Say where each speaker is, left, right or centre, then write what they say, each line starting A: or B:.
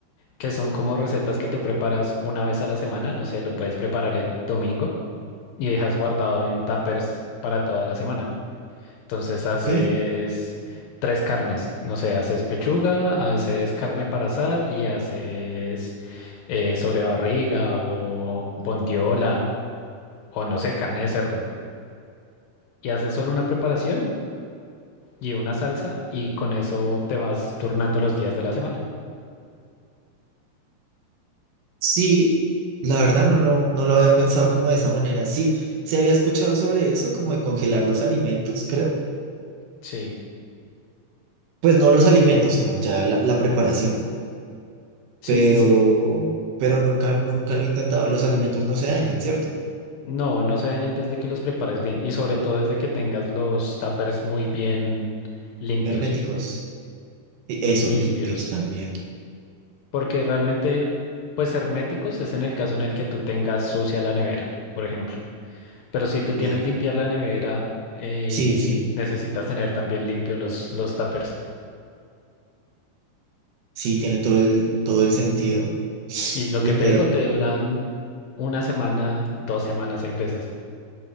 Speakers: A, on the left (about 70°); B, on the right (about 70°).
A: que son como recetas que tú preparas una vez a la semana, no sé, lo puedes preparar el domingo y dejas guardado en tuppers para toda la semana. Entonces haces
B: Ok,
A: tres carnes, no sé, haces pechuga, haces carne para asar y haces eh, sobrebarriga o bondiola o no sé, carne de cerdo. Y haces solo una preparación y una salsa y con eso te vas turnando los días de la semana.
B: sí, la verdad no, no, no lo había pensado como de esa manera. Sí, se había escuchado sobre eso, como de congelar los alimentos, creo.
A: Sí,
B: Pues no los alimentos, sino ya la, la preparación.
A: sí,
B: Pero,
A: sí, sí.
B: pero nunca, nunca lo he intentado. Los alimentos no se dañan, ¿cierto?
A: No, no se daña antes de que los prepares bien y sobre todo desde que tengas los tuppers muy bien limpios
B: Herméticos. Y
A: y
B: Eso,
A: limpios,
B: limpios también.
A: porque realmente pues herméticos es en el caso en el que tú tengas sucia la nevera, por ejemplo. Pero si tú tienes
B: Sí,
A: limpia la nevera, eh,
B: sí, sí.
A: necesitas tener también limpios los, los tuppers.
B: Sí, tiene todo el, todo el sentido.
A: Y lo
B: Uy,
A: que te
B: pero
A: digo, te duran una semana, dos semanas, seis veces.